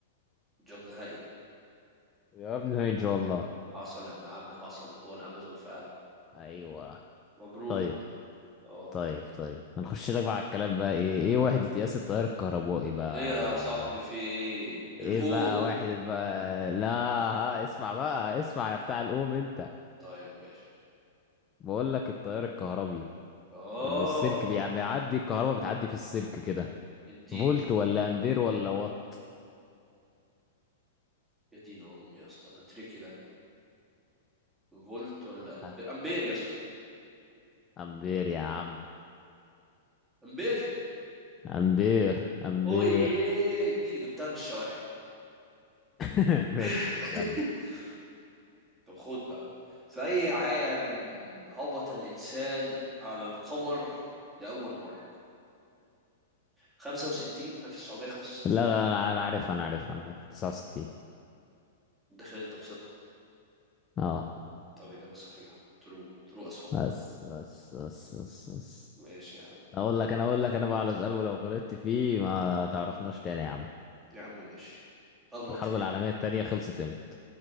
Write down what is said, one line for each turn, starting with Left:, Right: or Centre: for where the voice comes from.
Centre: جواب نهائي
Left: جوابنا ان شاء الله
Centre: حصل يا ابن عمي حصل هو الامازون فعلا
Left: ايوه
Centre: مبروك
Left: طيب
Centre: اه
Left: طيب طيب هنخش لك بقى على الكلام بقى ايه ايه وحدة قياس التيار الكهربائي بقى
Centre: ايه يا صاحبي في ايه الام
Left: ايه بقى وحدة بقى لا ها اسمع بقى اسمع يا بتاع الام انت
Centre: طيب ماشي
Left: بقول لك التيار الكهربي
Centre: اه
Left: اللي السلك بيع- بيعدي الكهرباء بتعدي في السلك كده
Centre: الدين
Left: فولت ولا امبير ولا وات
Centre: يا دين امي يا اسطى ده تريكي ده فولت ولا امبير
Left: ها،
Centre: امبير يا اسطى
Left: امبير يا عم
Centre: امبير
Left: امبير امبير
Centre: اوه دي اللي جبتها من الشواحن
Left: <laughs> ماشي
Centre: <laughs>
Left: اسأل
Centre: طب خد بقى في أي عام هبط الإنسان على القمر لأول مرة 65 1965
Left: لا لا انا انا عارف انا عارف انا عارف 69
Centre: داخل أنت بثقة
Left: اه
Centre: طب إجابة صحيحة ترو ترو أس فك
Left: بس بس بس بس بس
Centre: ماشي يا عم
Left: اقول لك انا اقول لك انا بقى على سؤال ولو غلطت فيه ما تعرفناش تاني يا عم
Centre: يا عم ماشي أغلط
Left: الحرب
Centre: فيه
Left: العالمية التانية خلصت امتى